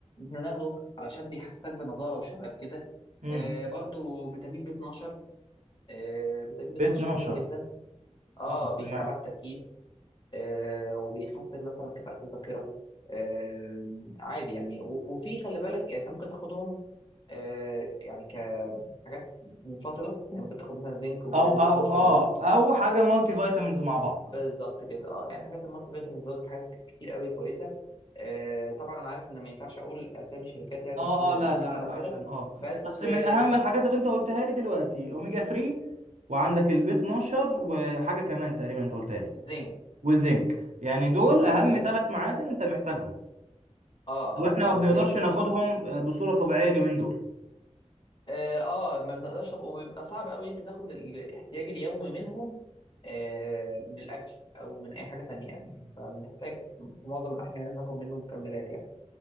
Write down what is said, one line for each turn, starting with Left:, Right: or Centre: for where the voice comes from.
Left: إحنا ناخده علشان بيحسسك بنضارة وشباب كده
Right: امم
Left: آه، برضو فيتامين بي 12 آه، فيتامين
Right: ب
Left: بي 12
Right: 12
Left: حلو جدا اه
Right: اه تمام
Left: بيساعد على التركيز آه، وبيحسن مثلا كفاءة الذاكرة آه، عادي يعني و- وفي خلي بالك يعني انت ممكن تاخدهم آه، يعني كحاجات منفصلة يعني ممكن تاخد مثلا زنك وفيتامين
Right: او
Left: بي 12
Right: او اه او حاجة مالتي فيتامينز مع بعض
Left: بالظبط كده اه يعني حاجات المالتي فيتامينز برضه حاجات كتير قوي كويسه آه طبعا انا عارف ان ما ينفعش اقول اسامي شركات يعني
Right: اه
Left: عشان
Right: اه لا لا
Left: الحلقه
Right: لا
Left: وكده
Right: عشان اه
Left: بس
Right: بس
Left: آه
Right: من اهم الحاجات اللي انت قلتها لي دلوقتي الاوميجا 3 وعندك البي 12 وحاجة كمان تقريبا انت قلتها لي
Left: الزنك
Right: والزنك يعني دول
Left: اه
Right: اهم
Left: الزنك
Right: ثلاث معادن انت محتاجهم
Left: اه اه
Right: واحنا
Left: اه
Right: ما بنقدرش
Left: الزنك يعني.
Right: ناخدهم آه، بصورة طبيعية اليومين دول
Left: اه اه ما بنقدرش ناخد وبيبقى صعب قوي انت تاخد ال- الاحتياج اليومي منهم آه من الاكل او من اي حاجه تانية يعني فبنحتاج في معظم الاحيان إن إحنا ناخد منه مكملات يعني